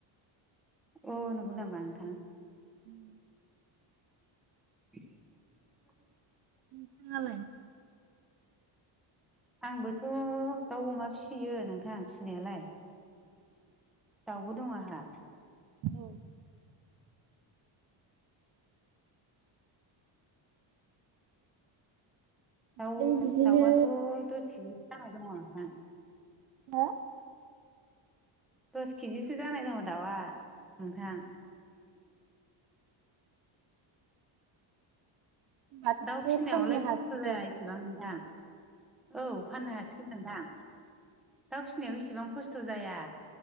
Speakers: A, in the centre; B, on the right.
A: अ नोंगौनामा नोंथां
B: उम
A: <unintelligible>
B: नोंथाङालाय
A: आंबोथ' दाउ अमा फिसियो नोंथ- थां फिसिनायालाय दाउबो दं आंहा
B: औ
A: दाउ
B: बे बिदिनो
A: दाउआथ' दस <unintelligible> जानाय दङ आंहा
B: हो
A: दस खिजिसो जानाय दङ दाउआ नोंथां
B: होनबाथ'
A: दाउ
B: माथो
A: फिसिनायावलाय
B: फाननो
A: खस्थ'
B: हासिगोन
A: जाया इसेबां नोंथां औ फाननो हासि- गोन नोंथां दाउ फिसिनायाव इसिबां खस्थ' जाया